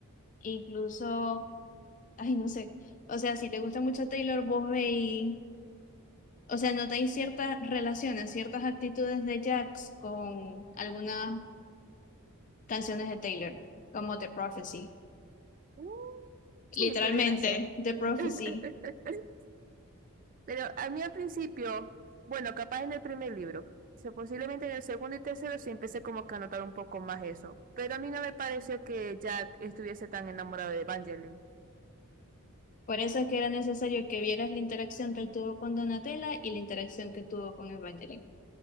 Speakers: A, on the left; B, on the right.
A: Incluso, ay, no sé. O sea, si te gusta mucho Taylor, vos veis o sea, notáis ciertas relaciones, ciertas actitudes de Jax con algunas canciones de Taylor, como The Prophecy.
B: Mm, Sí,
A: Literalmente,
B: pudiera ser.
A: The
B: <laughs>
A: Prophecy.
B: Pero a mí al principio, bueno, capaz en el primer libro, o sea, posiblemente en el segundo y tercero sí empecé como que a notar un poco más eso. Pero a mí no me pareció que Jack estuviese tan enamorado de Evangeline.
A: Por eso es que era necesario que vieras la interacción que él tuvo con Donatella y la interacción que tuvo con Evangeline.